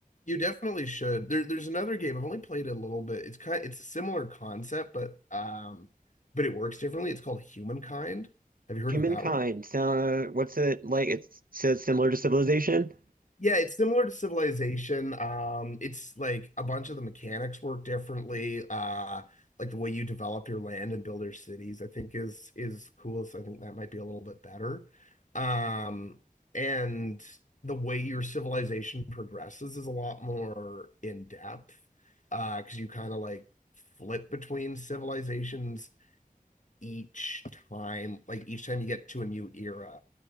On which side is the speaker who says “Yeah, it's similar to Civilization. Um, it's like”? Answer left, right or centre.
Left